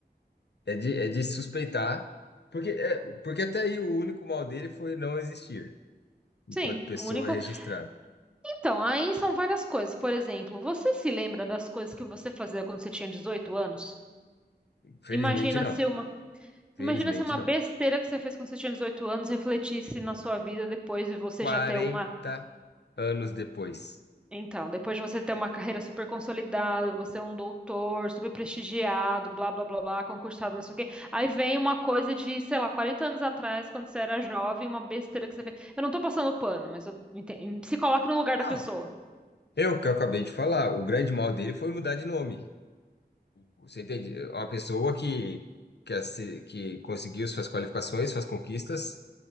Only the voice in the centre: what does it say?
Sim,
o único.
Então, aí são várias coisas. Por exemplo, você se lembra das coisas que você fazia quando você tinha 18 anos?
Imagina
se uma
Imagina se uma
besteira que você fez quando você tinha 18 anos refletisse na sua vida depois de você
já ter uma.
Então, depois de você ter uma carreira super consolidada, você é um doutor, super prestigiado, blá, blá, blá, blá, concursado, não sei o quê. Aí vem uma coisa de, sei lá, 40 anos atrás, quando você era jovem, uma besteira que você fez. Eu não tô passando pano, mas eu ente- se coloca no lugar
da pessoa.